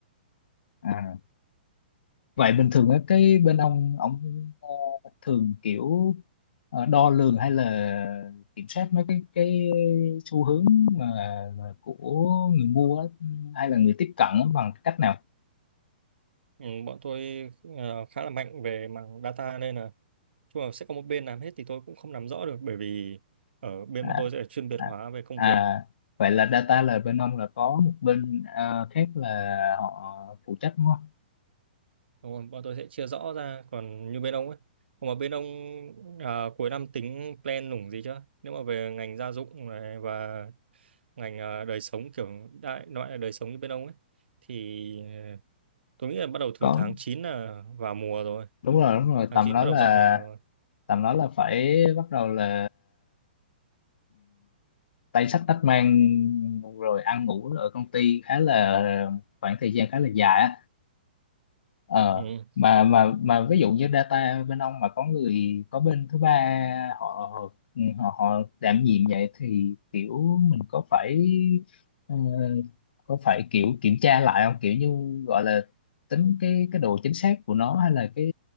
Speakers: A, on the left (about 65°); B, on the right (about 85°).
A: à, Vậy bình thường á, cái bên ông ông ờ, thường kiểu ờ, đo lường hay là kiểm soát mấy cái cái xu hướng mà, mà của người mua á, hay là người tiếp cận á, bằng cách nào?
B: ừ, bọn tôi ờ, khá là mạnh về mảng data nên là chung là sẽ có một bên làm hết thì tôi cũng không nắm rõ được bởi vì ở bên
A: À,
B: bọn tôi sẽ chuyên biệt
A: à,
B: hóa về công
A: à,
B: việc
A: vậy là data là bên ông là có một bên ờ, khác là họ phụ trách đúng không?
B: Đúng rồi, bọn tôi sẽ chia rõ ra còn như bên ông ấy còn mà bên ông à, cuối năm tính plan nủng gì chưa nếu mà về ngành gia dụng này và ngành à, đời sống kiểu đại loại là đời sống như bên ông ấy thì ờ, tôi nghĩ là bắt đầu từ
A: Có
B: tháng 9 là vào mùa rồi
A: đúng rồi đúng rồi
B: tháng
A: tầm
B: chín
A: đó
B: bắt
A: là
B: đầu dọn nhà rồi
A: tầm đó là phải bắt đầu là tay sách tách mang rồi ăn ngủ ở công ty khá là khoảng thời gian khá là dài á ờ
B: ừ.
A: mà mà mà ví dụ như data bên ông mà có người có bên thứ ba họ họ họ đảm nhiệm vậy thì kiểu mình có phải ờ, có phải kiểu kiểm tra lại không kiểu như gọi là tính cái cái độ chính xác của nó hay là cái